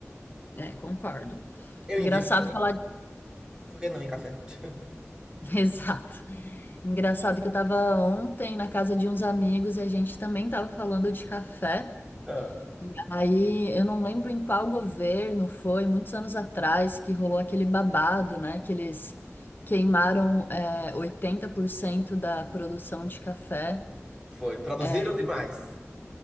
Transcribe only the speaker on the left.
É, concordo.
Engraçado
falar.
<laughs> Exato. Engraçado que eu tava ontem na casa de uns amigos e a gente também tava falando de café.
E aí eu não lembro em qual governo foi, muitos anos atrás, que rolou aquele babado, né? Que eles queimaram é, 80% da produção de café.
É,